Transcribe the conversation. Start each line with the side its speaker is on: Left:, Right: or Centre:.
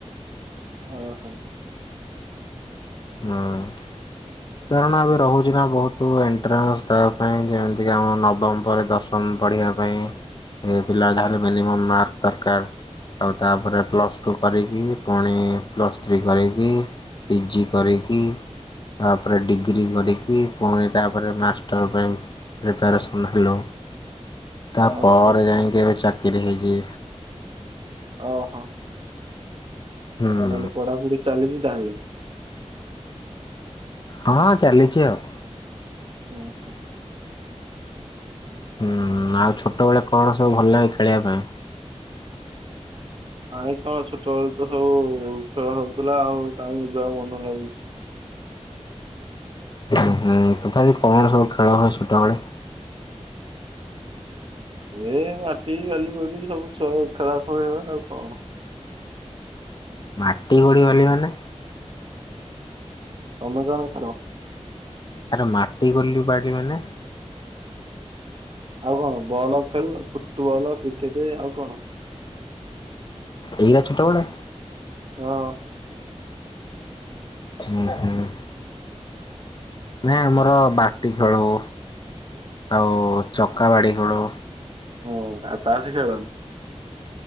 Right: ଓହ।
Left: ହଁ। କାରଣ ଏବେ ରହୁଛି ନା ବହୁତ ଏଣ୍ଟ୍ରାନ୍ସ ତା ପାଇଁ ଯେମିତିକି ଆମ ନବମ ପରେ ଦଶ ଶମ ପଢ଼ିବା ପାଇଁ ଏ ପିଲା ଯାହଲେ ମିନିମମ୍ ମାର୍କ ଦରକାର। ଆଉ ତାପରେ ପ୍ଲସ୍ ଟୁ କରିକି ପୁଣି ପ୍ଲସ୍ ଥ୍ରୀ କରିକି ପିଜି କରିକି ତାପରେ ଡିଗ୍ରୀ କରିକି ପୁଣି ତାପରେ ମାଷ୍ଟର ପାଇଁ ପ୍ରିପ୍ୟାରେସନ ହେଲୋ।
Right: <inaudible>
Left: ତା
Right: ଓହୋ
Left: ପରେ ଯାଇଙ୍କି ଏବେ ଚାକିରି ହେଇଚି।
Right: ଓହୋ
Left: ହୁଁ।
Right: ତାହଲେ ପଢାପଢି ଚାଲିଛି ତାହେଲେ।
Left: ହଁ ଚାଲିଛି ଆଉ।
Right: ଉଁ ହୁଁ।
Left: ହୁଁ ଆଉ ଛୋଟବେେଳେ କଣ ସବୁ ଭଲ ଲାଗେ ଖେଳିବା ପାଇଁ?
Right: ଆାଇ କଣ ଛୋଟବେଳୁ ତ ସବୁ ଖେଳ ହଉଥିଲା ଆଉ କାଇଁ ଏବେ ଆଉ ମନ ଲାଗୁଛି।
Left: ହୁଁ ତଥାପି କଣ ସବୁ ଖେଳ ହୁଏ ଛୋଟବେଳେ?
Right: ଏ ମାଟି ବାଲି ଗୋଡ଼ି ସବୁ ଛୁଆ ଖେଳା ଖେଳି ହୁଏ ଆଉ କଣ।
Left: ମାଟି ଗୋଡ଼ି ବାଲି ମାନେ
Right: ତମେ ଜଣେଇଥିଲ।
Left: ଆରେ ମାଟି ଗଲୁ ବାଡି ମାନେ
Right: ଆଉ କଣ ବଲ ଖେଳୁନ। ଫୁଟବଲ କ୍ରିକେଟ ଆଉ କଣ?
Left: ଏଇରା ଛୋଟବେଳେ।
Right: ହଁ।
Left: ହୁଁ ହୁଁ ନାଇ ଆମର ବାଟି ଖେଳଉ। ଆଉ ଚକା ବାଡି ଖେଳୁ।
Right: ହ ଆ ତାସ ଖେଳ।